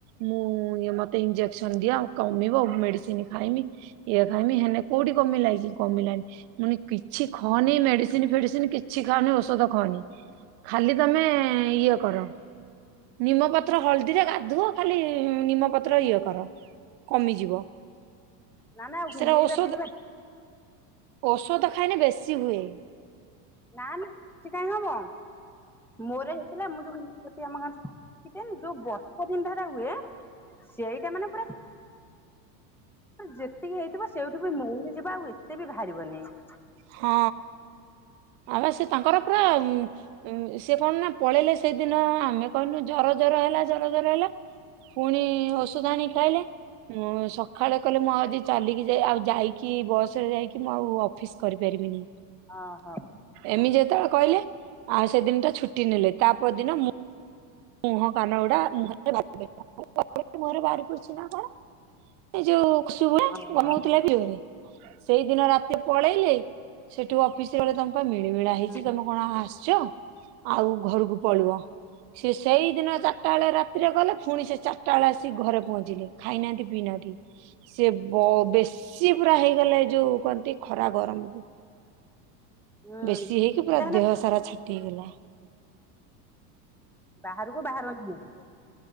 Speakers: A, on the right; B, in the centre.
A: ମୁଁ ଇଏ ମତେ ଇଂଜେକସନ ଦିଅ କମିବ ମେଡ଼ିସିନ୍ ଖାଇମି। ଇଏ ଖାଇମି ହେଲେ କୋଉଠି କମିଲା କି କମିଲାନି ମୁୁଁ କହିନି କିଛି ଖଅନି ମେଡିସି ମେଡ଼ିସିନ୍ ଫେଡିସିନ୍ କିଛି ଖାଅନି ଔଷଧ ଖଉନି ଖାଲି ତମେ ଇଏ କର। ନିମପତ୍ର ହଳଦୀରେ ଗାଧୁଅ ଖାଲି ନିମପତ୍ର ଇଏ କର। କମିଯିବ।
B: ନା ନା ହୋମିଓପାଥି
A: ସେରା ଔଷଧ
B: ବି
A: ଔଷଧ ଖାଇନେ ବେଶୀ ହୁଏ।
B: ନାଁ ନାଁ ବେଶୀ କହିଁ ହବ। ମୋର ହେଇଥିଲା ମୁଁ ଯୋଉ ହୋମିଓପାଥି ଆମ <unintelligible> ଯୋଉ ବଥା ବିନ୍ଧାଟା ହୁଏ। ସେଇଟା ମାନେ ପୁରା ଯେତିକି ହେଇଥିବ ସେଇଠୁ ବି ମଉଳି ଯିବା ଆଉ ଏତେ ବି ବାହାରିବ ନାହିଁ।
A: ହଁ ଆମେ ସେ ତାଙ୍କର ପୁରା ଉଁ ସିଏ କଣ ନା ପଳେଇଲେ ସେଇଦିନ ଆମେ କହିନୁ ଜର ଜର ହେଲା ଜର ଜର ହେଲା ଫୁଣି ଓଷଧ ଆଣିକି ଖାଇଲେ ମୁଁ ସ ଖାଳେ କହିଲେ ମୁଁ ଆଜି ଚାଲିକି ଯାଇ ଆଉ ଯାଇକି ବସରେ ଯାଇକି ମୁଁ ଆଉ ଅଫିସ କରିପାରିମିନି।
B: ଅ ହ।
A: ଏମିତି ଯେତେବେଳେ କହିଲେ ଆଉ ସେଇଦିନଟା ଛୁଟି ନେଲେ ତା ପରଦିନ ମୁଁ ମୁହଁ କାନ ଗୁଡା ମୁହଁରେ <unintelligible> ମୁହଁରେ ବାହାରି ପଡିଛି ନା କଣ। ଏଇ ଯୋଉ ଖୁସୁଭୁଆ
B: ଓହୋ।
A: ଗମ ହଉଥିଲା <unintelligible> ସେଇ ଦିନ ରାତି ପଳେଇଲେ ସେଠୁ ଅଫିସି ଘରେ ତାଙ୍କୁ ତ ମିଳିମିଳା ହେଇଚି
B: ହୁଁ
A: ତମେ କଁ ଆ ଆସିଚ ଆଉ ଘରୁକୁ ପଳିବ। ସିଏ ସେଇଦିନ ଚାରିଟାବେଳେ ରାତିରେ ଗଲେ ଫୁଣି ସିଏ ଚାର୍ ଟାଳେ ଆସିିକି ଘରେ ପହଞ୍ଚିଲେ ଖାଇନାହାନ୍ତି ପିଇନାହାନ୍ତି। ସିଏ ବ ବେଶୀ ପୁରା ହେଇଗଲେ ଏ ଯୋଉ କହନ୍ତି ଖରା ଗରମକୁ।
B: ହୁଁ
A: ବେଶୀ ହେଇକି ପୁରା ଦେହ ସାରା ଛାଟି ହେଇଗଲା।
B: ବାହାରୁକୁ ବାହାରନ୍ତି ନାହିଁ।